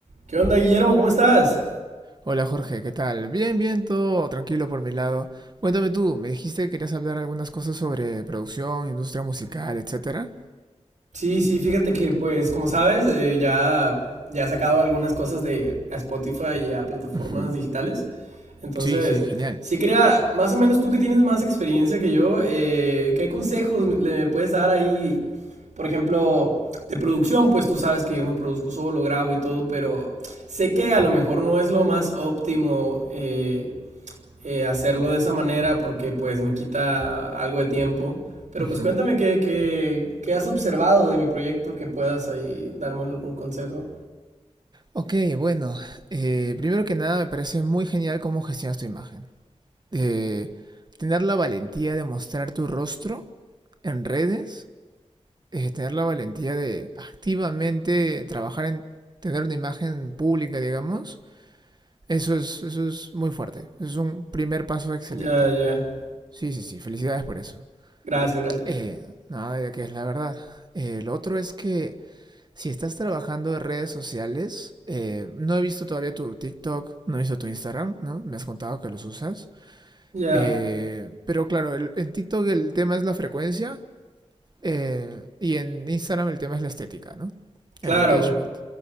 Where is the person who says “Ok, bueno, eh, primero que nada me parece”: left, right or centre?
Right